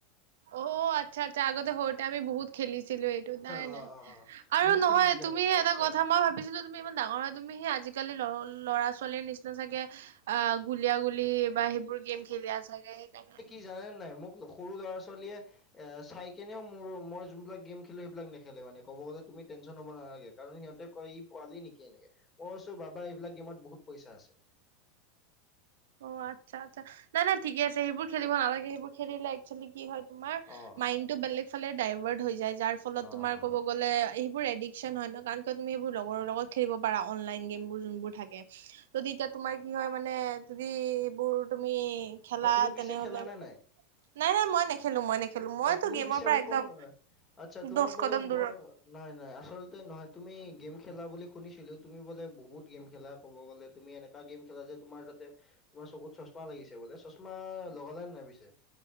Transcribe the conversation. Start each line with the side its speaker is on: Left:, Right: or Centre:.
Right: অ আচ্ছা আচ্ছা আগতে সৰুতে আমি বহুত খেলিছিলো এই নাই
Left: অ
Right: নাই
Left: অ অ
Right: আৰু
Left: বহুত
Right: নহয়
Left: খেলিছিলা
Right: তুমি
Left: নেকি
Right: এটা
Left: আচ্ছা
Right: কথা মই ভাবিছিলোঁ - তুমি ইমান ডাঙৰ হয় তুমি সেই আজিকালি ল ল'ৰা ছোৱালীৰ নিচিনা চাগে। অ গুলিয়াগুলি বা সেইবোৰ গেম খেলি আছে চাগে সেইকাৰণে।
Left: সি জানেনে নাই মোক সৰু ল'ৰা ছোৱালীয়ে। এ চাই কেনেও মোৰো মই যোন বিলাক গেম খেলো সেইবিলাক নেখেলো মানে কব গলে তুমি টেনশচন লৱ নালাগে। কাৰণ সিহঁতে কয় ই পোৱালি নেকি এনেকে। কইছো বাবা এইবিলাক গেমত বহুত পইচা আছে।
Right: অ আচ্ছা আচ্ছা নাই নাই ঠিকে আছে সেইবোৰ খেলিব নালাগে সেইবোৰ খেলিলে একচলী কি হয়। তোমাৰ
Left: অ
Right: মাইন তোৱ বেলেগফালে ডায়ভদ হয় যায় যাৰ ফলত
Left: অ
Right: তোমাৰ
Left: অ
Right: ক'ব গ'লে - সেইবোৰ এডিকশ্ন হয় ন কাৰণ কিয় তুমি সেইবোৰ লগৰৰ লগত খেলিব পাৰা অনলাইন গেমবোৰ যোনবোৰ থাকে। ত তেতিয়া তোমাৰ কি হয় মানে যদি এইবোৰ তুমি। খেলা
Left: অ তুমি পিছে
Right: তেনেহলে
Left: খেলা নে নাই
Right: নাই নাই মই নেখেলো মই নেখেলো। মইতো
Left: অ তুমি
Right: গেমৰ
Left: পচাৰ
Right: পৰা
Left: দেখোন
Right: একদম
Left: আচ্ছা তোমাক
Right: দহ
Left: বোলে
Right: কদম দূৰত
Left: মই। নাই নাই আচলতে নহয় তুমি গেম খেলা বুলি শুনিছিলোঁ তুমি বোলে বহুত গেম খেলা ক'ব গ'লে তুমি এনে। গেম খেলা যে তোমাৰ তাতে তোমাৰ চকুত চশমা লাগিছে বোলে চশমা লগালে নে নাই পিছে।